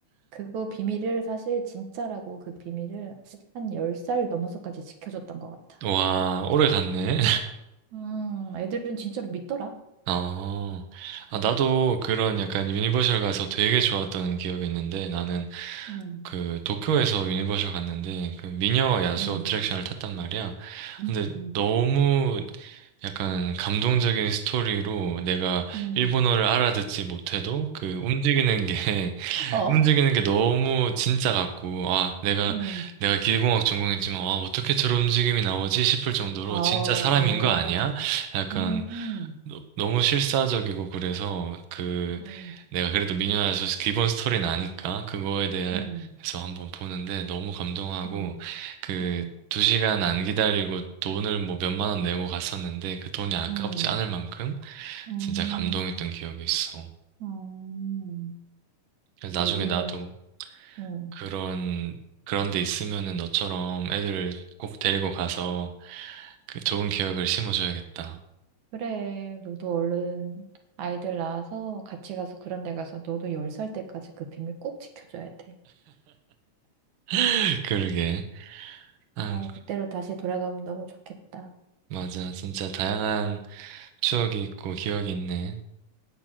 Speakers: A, on the right; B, on the right.
A: 그거 비밀을 사실 진짜라고 그 비밀을 한 열 살 넘어서까지 지켜줬던 것 같아.
B: 와, 오래 갔네.
A: 음, 애들은 진짜로 믿더라.
B: 어, 아, 나도 그런 약간 유니버셜 가서 되게 좋았던 기억이 있는데 나는
A: 음,
B: 그 도쿄에서 유니버셜 갔는데 그 미녀와 야수
A: 음,
B: 어트랙션을 탔단 말이야.
A: 음,
B: 근데
A: 음,
B: 너무 약간 감동적인 스토리로 내가
A: 음.
B: 일본어를 알아듣지 못해도 그 움직이는 게 <laughs>
A: 어,
B: 움직이는 게 너무 진짜 같고 아 내가
A: 음.
B: 내가 기계공학 전공했지만 아 어떻게 저런 움직임이 나오지 싶을 정도로
A: 아,
B: 진짜 사람인
A: 어,
B: 거 아니야? 약간
A: 음,
B: 너- 너무 실사적이고 그래서 그
A: 음,
B: 내가 그래도 미녀와서 기본 스토리는 아니까 그거에 대해서
A: 음,
B: 한번 보는데 너무 감동하고
A: 음,
B: 그
A: 음,
B: 두 시간 안 기다리고 돈을 뭐 몇만 원 내고 갔었는데 그 돈이 아깝지
A: 음,
B: 않을 만큼
A: 음,
B: 진짜 감동했던 기억이 있어.
A: 음.
B: 그래서 나중에
A: 우리는,
B: 나도
A: 음,
B: 그런 그런 데 있으면은 너처럼 애들을 꼭 데리고 가서 그 좋은 기억을 심어줘야겠다.
A: 그래, 너도 얼른 아이들 낳아서 같이 가서 그런 데 가서 너도 열 살 때까지 그 비밀 꼭 지켜줘야 돼.
B: <laughs> 그러게. 아,
A: 아, 그때로 다시 돌아가면 너무 좋겠다.
B: 맞아. 진짜 다양한 추억이 있고 기억이 있네.